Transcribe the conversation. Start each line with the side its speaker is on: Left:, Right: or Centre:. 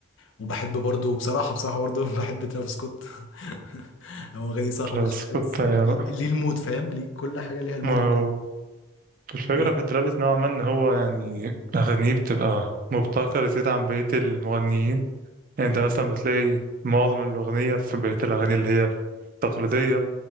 Left: وبحب برضو بصراحة بصراحة برضو <laughs> بحب ترافيس سكوت <laughs> هو غني صاخب
Right: بس
Left: شوية
Right: كنت
Left: بس
Right: أيوة. بقى،
Left: ليه المود فاهم ليه كل حاجة ليها المود
Right: ما
Left: بتاعها
Right: هو الفكرة
Left: يعني
Right: في ترافيس نوعا ما إن هو يعني أغانيه بتبقى مبتكرة زيادة عن بقية المغنيين يعني
Left: يعني
Right: أنت مثلا بتلاقي معظم الأغنية في بقية الأغاني اللي هي التقليدية